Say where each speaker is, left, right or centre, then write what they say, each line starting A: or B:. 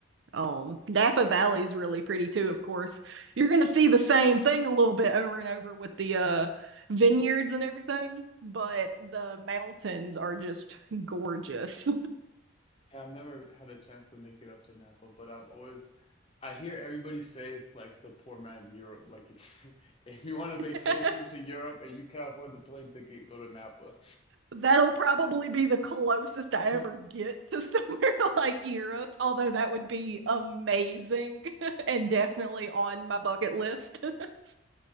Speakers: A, on the right (about 60°); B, on the left (about 25°).
A: Um, Napa Valley is really pretty too, of course. You're gonna see the same thing a little bit over and over with the uh vineyards and everything, but the mountains are just gorgeous.
B: Yeah, I've never had a chance to make it up to Napa, but I've always I hear everybody say it's like the poor man's Europe. Like if <laughs> if you want a vacation
A: <laughs>
B: to Europe and you can't afford the plane ticket, go to Napa.
A: That'll probably be the closest I
B: <laughs>
A: ever get to somewhere <laughs> like Europe, although that would be amazing <laughs> and definitely on my bucket list. <laughs>